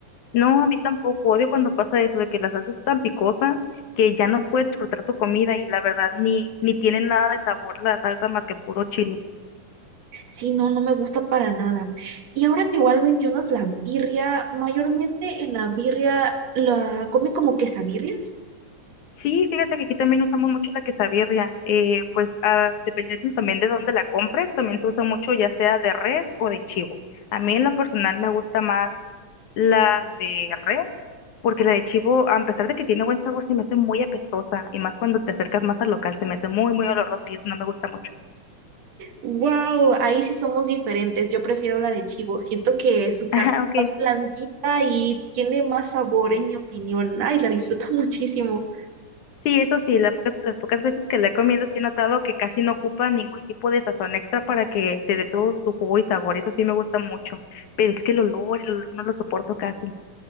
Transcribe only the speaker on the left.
No, a mí tampoco. Odio cuando pasa eso, de que la salsa es tan picosa que ya no puedes disfrutar tu comida y la verdad ni, ni tiene nada de sabor la salsa más que puro chile.
Sí, fíjate que aquí también usamos mucho la quesabirria. eh, pues ah, dependiendo también de dónde la compres, también se usa mucho ya sea de res o de chivo. A mí en lo personal me gusta más la de res, porque la de chivo, a pesar de que tiene buen sabor, se me hace muy apestosa y más cuando te acercas más al local, se me hace muy, muy oloroso y eso no me gusta mucho.
<laughs>
Ajá, ok.
Sí, eso sí, la pocas- las pocas veces que la he comido sí he notado que casi no ocupa ningún tipo de sazón extra para que te dé todo su jugo y sabor, eso sí me gusta mucho, pero es que el olor, el olor no lo soporto casi.